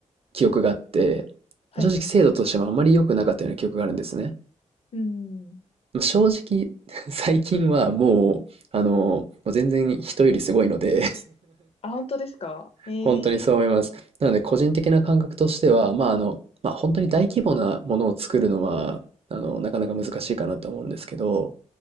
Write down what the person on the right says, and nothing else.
記憶があって、
まあ正直精度としてもあんまり良くなかったような記憶があるんですね。
まあ正直、<laughs> 最近はもう、あの、もう全然人よりすごいので
本当にそう思います。なので、個人的な感覚としては、まあ、あの、まあ、本当に大規模なものを作るのは、あの、なかなか難しいかなと思うんですけど、